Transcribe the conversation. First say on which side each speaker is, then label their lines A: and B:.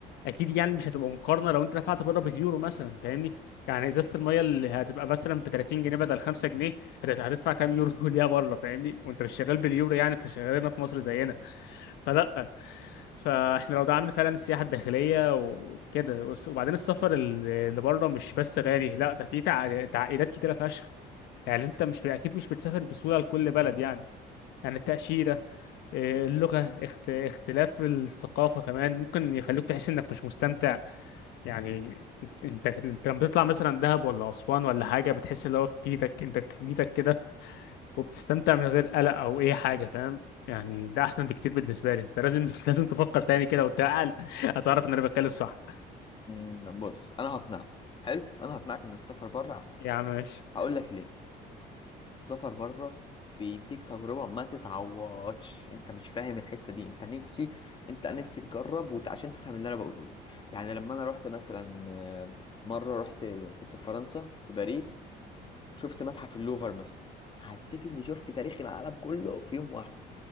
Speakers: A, on the left; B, on the left.
A: اكيد يعني مش هتبقى مقارنه لو انت دفعت بره باليورو مثلا فاهمني يعني ازازه الميه اللي هتبقى مثلا ب 30 جنيه بدل 5 جنيه هت- هتدفع كام يورو <laughs> ليها بره فاهمني وانت مش شغال باليورو يعني انت شغال هنا في مصر زينا فلا فاحنا لو دعمنا فعلا السياحه الداخليه وكده وس- وبعدين السفر ال- اللي بره مش بس غالي لا ده في تع- تعقيدات كتيره فشخ يعني انت مش اكيد مش بتسافر بسهوله لكل بلد يعني يعني التأشيرة آه، اللغة اخت... اختلاف الثقافة كمان ممكن يخليك تحس انك مش مستمتع يعني انت انت انت لما بتطلع مثلا دهب ولا أسوان ولا حاجة بتحس اللي هو في بيتك انت في بيتك كده وبتستمتع من غير قلق او اي حاجه فاهم يعني ده احسن بكتير بالنسبه لي انت لازم <laughs> لازم تفكر تاني كده وتعقل <laughs> هتعرف ان انا بتكلم صح
B: أمم، بص انا هقنعك حلو انا هقنعك ان السفر بره احسن
A: يا عم ماشي
B: هقول لك ليه السفر بره بيديك تجربة ما تتعوضش انت مش فاهم الحتة دي انت نفسي انت نفسي تجرب وت... عشان تفهم اللي انا بقوله لك يعني لما انا رحت مثلا آه، مرة رحت كنت في فرنسا في باريس شفت متحف اللوفر مثلا حسيت اني شفت تاريخ العالم كله في يوم واحد